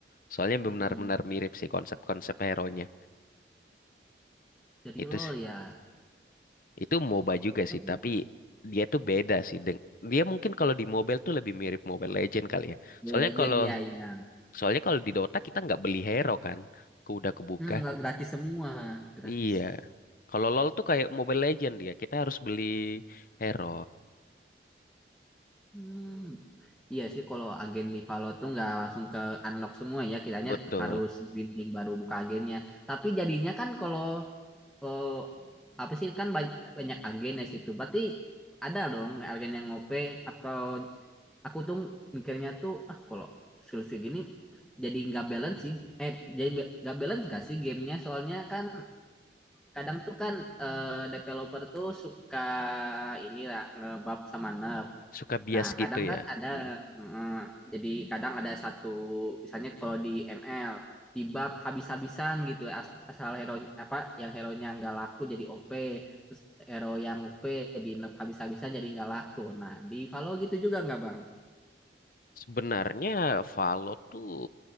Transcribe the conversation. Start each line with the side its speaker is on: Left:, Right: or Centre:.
Left: Soalnya benar-benar
Centre: Hmm.
Left: mirip sih konsep-konsep hero-nya.
Centre: Jadi
Left: Itu
Centre: LOL
Left: s-
Centre: ya.
Left: itu MOBA juga
Centre: Hmm.
Left: sih, tapi dia tuh beda sih. deng- Dia mungkin kalau di mobile tuh lebih mirip Mobile Legend kali ya.
Centre: Mobile
Left: Soalnya
Centre: Legend
Left: kalau
Centre: iya iya.
Left: soalnya kalau di Dota kita nggak beli hero kan, ke udah kebuka.
Centre: Hmm, gratis semua, gratis.
Left: Iya. Kalau LoL tuh kayak Mobile Legend dia, kita harus beli hero.
Centre: Hmm, Iya sih kalau agen di Valo tuh nggak langsung ke unlock semua ya, kiranya
Left: Betul,
Centre: tetap harus grinding baru buka agennya. Tapi jadinya kan kalau eh, apa sih kan banyak, banyak agen di situ. Berarti ada dong agen yang ngope atau aku tuh mikirnya tuh ah kalau skill segini jadi nggak balance sih. Eh jadi be- nggak balance gak sih gamenya? Soalnya kan kadang tuh kan eh, developer tuh suka ini lah ngebab sama nerf.
Left: Suka bias
Centre: Nah, kadang
Left: gitu
Centre: kan
Left: ya.
Centre: ada,
Left: Hmm.
Centre: eh, jadi kadang ada satu, misalnya kalau di ML, di bab habis-habisan gitu, as- asal hero apa yang hero-nya nggak laku jadi OP, terus hero yang OP di nerf habis-habisan jadi nggak laku. Nah, di Valo gitu juga nggak bang?
Left: Sebenarnya Valo tuh